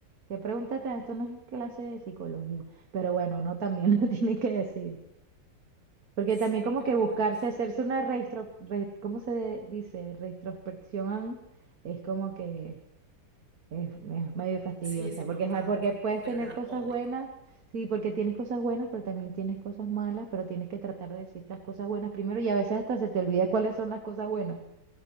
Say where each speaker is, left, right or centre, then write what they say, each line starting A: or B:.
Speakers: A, on the right; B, on the right.
A: que pregúntate, esto no es clase de psicología, pero bueno, uno también <laughs> lo tiene que decir. Porque
B: Sí,
A: también como
B: pero
A: que buscarse,
B: bueno,
A: hacerse una registro, re- ¿cómo se de- dice? Retrospección es como que es, es medio fastidiosa,
B: sí es importante,
A: porque, ajá, porque puedes
B: pero
A: tener
B: la
A: cosas
B: odio.
A: buenas, sí, porque tienes cosas buenas, pero también tienes cosas malas, pero tienes que tratar de decir las cosas buenas primero y a veces hasta se te olvida cuáles son las cosas buenas,